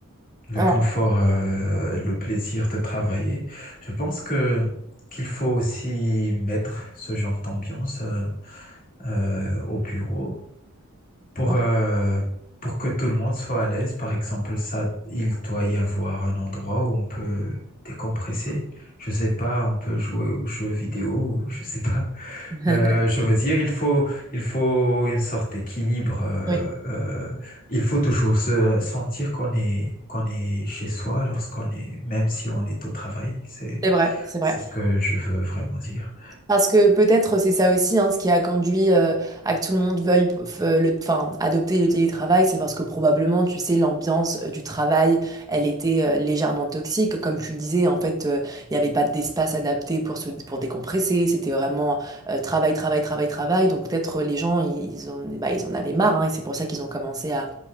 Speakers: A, on the left (about 40°); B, on the right (about 15°).
A: Le
B: Ouais,
A: confort, euh, le plaisir de travailler. Je pense que qu'il faut aussi mettre ce genre d'ambiance euh, euh, au bureau pour
B: ouais.
A: euh, pour que tout le monde soit à l'aise. Par exemple, ça, il doit y avoir un endroit où on peut décompresser. Je sais pas, on peut jouer aux jeux vidéo, ou je sais pas.
B: <laughs>
A: Euh, je veux dire, il faut, il faut une sorte d'équilibre. euh,
B: Oui,
A: euh, il faut toujours se sentir qu'on est, qu'on est chez soi lorsqu'on est, même si on est au travail. C'est,
B: c'est vrai, c'est vrai.
A: c'est ce que je veux vraiment dire.
B: Parce que peut-être c'est ça aussi hein, ce qui a conduit euh, à que tout le monde veuille f- euh, le, enfin, adopter le télétravail, c'est parce que probablement, tu sais, l'ambiance euh, du travail, elle était euh, légèrement toxique. Comme tu le disais, en fait, euh, il n'y avait pas d'espace adapté pour se, pour décompresser. C'était vraiment euh, travail, travail, travail, travail. Donc peut-être euh, les gens, ils, ils en, bah, ils en avaient marre hein, et c'est pour ça qu'ils ont commencé à,